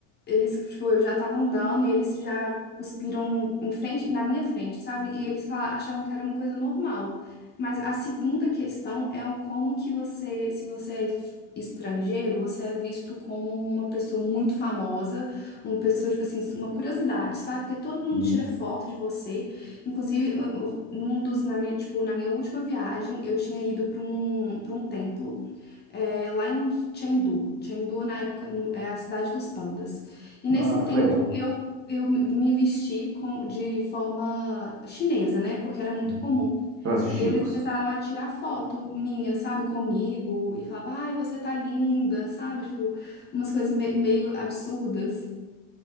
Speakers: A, on the left (about 20°); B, on the right (about 30°).
A: eles, tipo, eu já tava andando e eles já cuspiram em frente, na minha frente, sabe? E eles fala- achavam que era uma coisa normal. Mas a segunda questão é o como que você, se você é f- estrangeiro, você é visto como uma pessoa muito famosa, uma pessoa, tipo assim, uma curiosidade, sabe? Porque todo mundo
B: Hum.
A: tira foto de você. Inclusive, eu- eu- num dos, na minha, tipo, na minha última viagem, eu tinha ido para um, para um templo é, lá em Chengdu. Chengdu, na época, no- é a cidade dos pandas. E nesse
B: Ah,
A: tempo
B: que legal.
A: eu, eu me vesti com, de forma chinesa, né? Porque era muito
B: Uhum.
A: comum.
B: Pratos
A: E
B: típicos.
A: eles começaram a tirar foto minha, sabe, comigo, e falava, ai, você tá linda, sabe? Tipo, umas coisas me- meio absurdas.